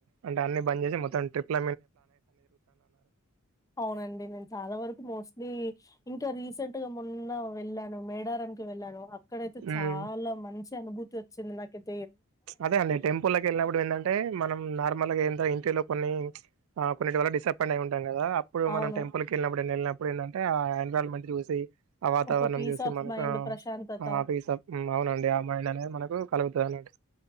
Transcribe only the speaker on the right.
అంటే అన్ని బంద్ చేసి మొత్తం ట్రిప్
మ్మ్
అదే అండి టెంపుల్ లోకి వెళ్ళినప్పుడు ఏంటంటే మనం నార్మల్ గా ఏంట ఇంటిలో కొన్ని ఆ కొన్నిటి వల్ల డిసప్పయింట్యయి ఉంటాం కదా కదా అప్పుడు
మనం టెంపుల్కి వెళ్ళినప్పుడు వెళ్ళినప్పుడు ఏంటంటే ఆయ మంత్రి వసే <unintelligible> ఆ వాతావరణం
చూసి
మనకు
అ
ఆఫీస్ అవునండి ఆ మేలు అనేది మనకు కలుగుతది అన్నట్టు